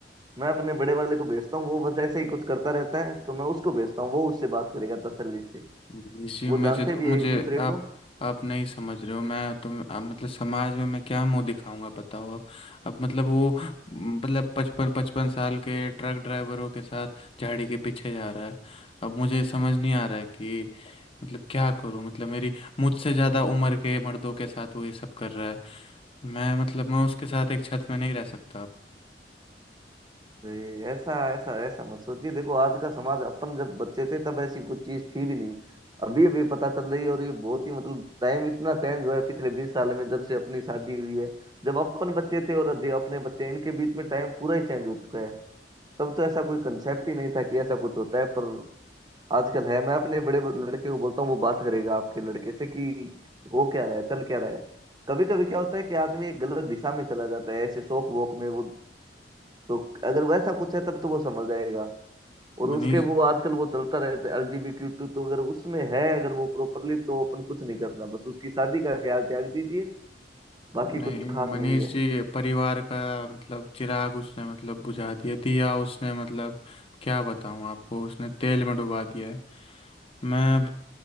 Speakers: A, on the right (about 25°); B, on the left (about 30°).
A: मैं अपने बड़े वाले को भेजता हूँ वो बस ऐसे ही कुछ करता रहता है तो मैं उसको भेजता हूँ वो उससे बात करेगा तसल्ली से
B: जी
A: वो
B: मुझे
A: जानते
B: तो
A: भी है
B: मुझे
A: एक दूसरे
B: आप
A: को
B: आप नहीं समझ रहे हो मैं तो आप मतलब समाज में मैं क्या मुंह दिखाऊंगा बताओ अब अब मतलब वो मतलब पचपन पचपन साल के ट्रक ड्राइवरों के साथ झाड़ी के पीछे जा रहा है अब मुझे समझ नहीं आ रहा है कि मतलब क्या करूं मतलब मेरी मुझसे ज़्यादा उम्र के मर्दों के साथ वो ये सब कर रहा है मैं मतलब मैं उसके साथ एक छत में नहीं रह सकता अब
A: जी, ऐसा ऐसा ऐसा मत सोचिए देखो आज का समाज अपन जब बच्चे थे तब ऐसी कुछ चीज थी भी नहीं अभी अभी पता चल रही है और ये बहुत ही मतलब टाइम इतना चेंज हुआ है पिछले बीस साल में जब से अपनी शादी हुई है जब अपन बच्चे थे और जो अपने बच्चे इनके बीच में टाइम पूरा ही चेंज हो चुका है तब तो ऐसा कोई कंसेप्ट ही नहीं था कि ऐसा कुछ होता है पर आजकल है मैं अपने बड़े लड़के को बोलता हूँ वो बात करेगा आपके लड़के से कि हो क्या रहा है चल क्या रहा है कभी कभी क्या होता है कि आदमी एक गलत दिशा में चला जाता है ऐसे शौक वोक में वो तो अगर वैसा कुछ है तब तो वो समझ जाएगा और उसके
B: मनीष
A: वो आजकल वो चलता रहता है एलजीबीक्यू टू तो अगर उसमें है अगर वो प्रॉपरली तो अपन कुछ नहीं करना बस उसकी शादी का ख्याल त्याग दीजिए बाकी
B: नहीं
A: कुछ खास
B: मनीष
A: नहीं है
B: जी परिवार का मतलब चिराग उसने मतलब बुझा दिया दिया उसने मतलब क्या बताऊं आपको उसने तेल में डुबा दिया है मैं अब